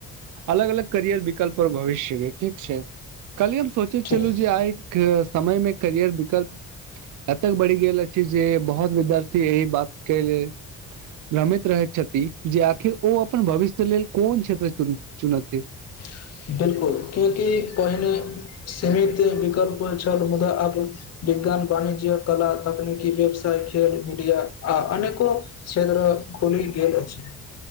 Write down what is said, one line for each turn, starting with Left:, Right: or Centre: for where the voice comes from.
Right: अलग अलग करियर विकल्प पर भविष्यके ठीक छै काल्हि हम सोचे
Left: ठीक
Right: छलहुँ जे आइक समय मे करियर विकल्प एतेक बढ़ि गेल अछि जे बहुत विद्यार्थी एहि बात के लेल रमैत रहैत छथि जे आखिर ओ अपन भविष्य लेल कोन क्षेत्र चुनी चुनथि
Left: <inaudible> बिलकुल क्यूँकि पहिने सीमित विकल्प छल मुदा आब विज्ञान वाणिज्य कला तकनीकी व्यवसाय खैर मिडिया आ अनेको क्षेत्र खुलि गेल अछि